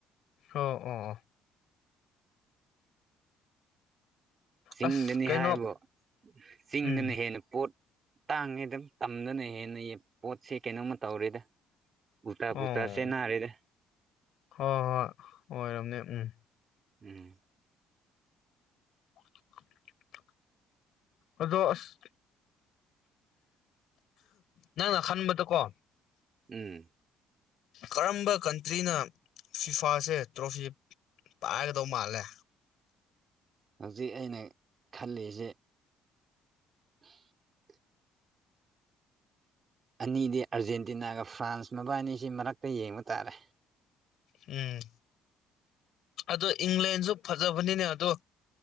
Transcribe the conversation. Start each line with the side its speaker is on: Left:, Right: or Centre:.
Left: ꯍꯣ ꯑꯣ ꯑꯣ
Right: ꯆꯤꯡꯗꯅꯤ
Left: ꯑꯁ ꯀꯩꯅꯣ
Right: ꯍꯥꯏꯕꯨ ꯆꯤꯡꯗꯅ
Left: ꯎꯝ
Right: ꯍꯦꯟꯅ ꯄꯣꯠ ꯇꯥꯡꯉꯦꯗ ꯇꯝꯗꯅ ꯍꯦꯟꯅ ꯄꯣꯠꯁꯦ ꯀꯩꯅꯣꯝꯃꯥ ꯇꯧꯔꯦꯗ ꯎꯨꯜꯇꯥ
Left: ꯑꯣ
Right: ꯄꯨꯨꯜꯇꯥ
Left: ꯍꯣꯏ
Right: ꯆꯦꯅꯔꯦꯗ
Left: ꯍꯣꯏ ꯑꯣꯏꯔꯝꯅꯦ ꯎꯝ
Right: ꯎꯝ
Left: <inaudible> ꯑꯗꯣ ꯑꯁ ꯅꯪꯅ ꯈꯟꯕꯗꯀꯣ
Right: ꯎꯝ
Left: ꯀꯔꯝꯕ ꯀꯟꯇ꯭ꯔꯤꯅ ꯐꯤꯐꯥꯁꯦ ꯇ꯭ꯔꯣꯐꯤ ꯄꯥꯏꯒꯗꯧ ꯃꯥꯜꯂꯦ
Right: ꯍꯧꯖꯤꯛ ꯑꯩꯅ ꯈꯜꯂꯤꯖꯦ <unintelligible> ꯑꯅꯤꯗꯤ ꯑꯥꯔꯖꯦꯟꯇꯤꯅꯥꯒ ꯐ꯭ꯔꯥꯟꯁ ꯃꯕꯥꯅꯤꯁꯤ ꯃꯔꯛꯇ ꯌꯦꯡꯕ ꯇꯥꯔꯦ
Left: ꯎꯝ ꯑꯗꯣ ꯏꯪꯂꯦꯟꯁꯨ ꯐꯖꯕꯅꯤꯅꯦ ꯑꯗꯣ